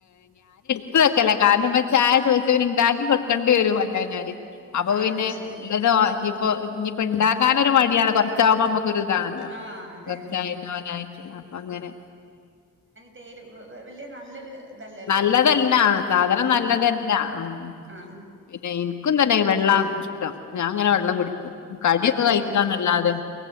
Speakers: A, on the left (about 60°); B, on the right (about 40°).
A: ത്ത്ക്കല കാരണം ചായ ചോദിച്ചവന് ഇണ്ടാക്കി കൊടുക്കേണ്ടി വരും അല്ലവര് അപ്പൊ
B: ആഹ്
A: പിന്നെ
B: ശരി
A: ഇള്ളത് ഇപ്പൊ ഇനിപ്പണ്ടാക്കാനൊര് മട്യായാണ് കൊർച്ചാകുമ്പോ മ ക്കൊരു ഇതാണല്ലോ
B: ആഹ് അതെ
A: <unintelligible>
B: ഉം
A: അപ്പൊ അങ്ങനെ
B: തേൽ വെ വെല്ല്യെ നല്ലൊരു ഇതല്ലല്ലോ
A: നല്ലതല്ല സാധനം
B: ഉം
A: നല്ലതല്ല ആ
B: ആഹ്
A: പിന്നെ ഇൻക്കും തന്നെ വെള്ളം ഇഷ്ടം ഞാൻ ഇങ്ങനെ വെള്ളം കുടിക്കും കടിയൊക്കെ
B: ആഹ്
A: കഴിക്കാന്നല്ലാതെ